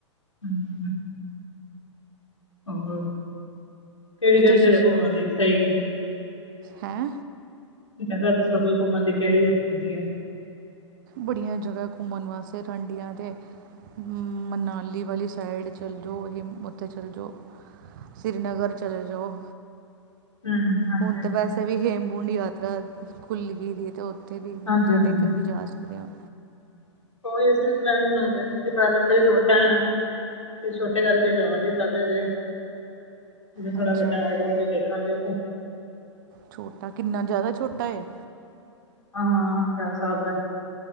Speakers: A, on the left; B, on the right.
A: ਹੂੰ। ਹੋਰ? ਕੇਅੜੀ-ਕੇਅੜੀ
B: ਤੁਸੀਂ
A: ਜਗ੍ਹਾ
B: ਸੁਣਾਓ
A: ਘੁੰਮਣ ਲਈ ਸਹੀ?
B: ਹੈਂ?
A: ਜਗ੍ਹਾ ਦੱਸੋ ਕੋਈ ਘੁੰਮਣ ਲਈ, ਕੇੜੀ ਵਧੀਆ ਏ?
B: ਬੜੀਆਂ ਜਗ੍ਹਾ ਘੁੰਮਣ ਵਾਸਤੇ ਠੰਡੀਆਂ ਤੇ। ਹੂ ਮਨਾਲੀ ਵਾਲੀ ਸਾਈਡ ਚੱਲ ਜਓ, ਹੇਮ, ਓਥੇ ਚਲ ਜਓ। ਸ੍ਰੀਨਗਰ ਚਲੇ ਜਾਓ।
A: ਹਮ ਹਾਂਜੀ
B: ਹੁਣ ਤੇ ਵੈਸੇ ਵੀ ਹੇਮਕੁੰਡ ਯਾਤਰਾ, ਖੁੱਲ ਗੀ ਦੀ ਏ, ਤੇ ਔ ਓਥੇ ਵੀ,
A: ਹਾਂਜੀ-ਹਾਂਜੀ।
B: ਮੱਥਾ ਟੇਕਣ ਵੀ ਜਾ ਸਕਦੇ ਆਂ।
A: ਕੋਈ ਅਸੀਂ ਵੀ ਪਲੈਨ ਬਨਾਦੇ ਪਏ ਸੀ, ਪੈਲੇ ਬਈ ਛੋਟਾ ਐ ਨਾ। ਤੇ ਛੋਟੇ ਕਰਕੇ ਜਾ ਨੀ ਹੁੰਦਾ ਪਿਆ ਅਜੇ, ਜਦੋਂ ਥੋੜਾ
B: ਅੱਛਾ
A: ਵੱਡਾ ਹੋਏਗਾ, ਫੇਰ ਦੇਖਾਂਗੇ ਓਥੇ
B: ਛੋਟਾ, ਕਿੰਨਾ ਜ਼ਾਦਾ ਛੋਟਾ ਏ?
A: ਹਾਂ, ਚਾਰ ਸਾਲ ਦਾ ਏ।